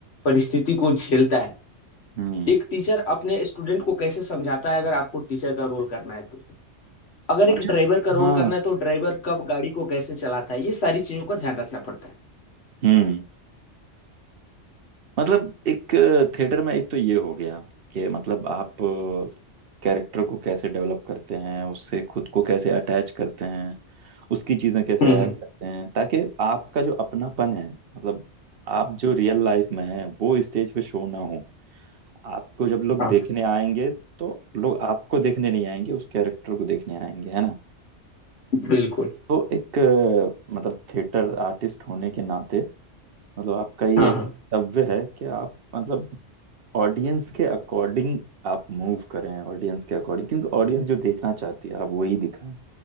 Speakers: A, on the left (about 65°); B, on the right (about 55°).
A: परिस्थिति को झेलता है
B: हम्म
A: एक टीचर अपने स्टूडेंट को कैसे समझाता है अगर आपको टीचर का रोल करना है तो अगर एक
B: अच्छा
A: ड्राइवर का रोल
B: हाँ
A: करना है तो ड्राइवर कब गाड़ी को कैसे चलाता है ये सारी चीजों का ध्यान रखना पड़ता है
B: हम्म मतलब एक थिएटर में एक तो ये हो गया कि मतलब आप कैरेक्टर को कैसे डेवलप करते हैं उससे खुद को कैसे अटैच करते हैं उसकी चीज़ें कैसे
A: हम्म
B: ऐड
A: हम्म
B: करते हैं ताकि आपका जो अपनापन है मतलब आप जो रियल लाइफ में हैं वो स्टेज पे शो ना हो आपको जब लोग
A: हाँ
B: देखने आएंगे तो लोग आपको देखने नहीं आएंगे उस कैरेक्टर को देखने आएंगे है ना
A: बिल्कुल
B: तो एक अ, मतलब थिएटर आर्टिस्ट होने के नाते मतलब आपका ये
A: हाँ
B: एक
A: हाँ
B: कर्तव्य है कि आप मतलब ऑडियंस के अकॉर्डिंग आप मूव करें ऑडियंस के अकॉर्डिंग क्योंकि ऑडियंस जो देखना चाहती है आप वही दिखाएं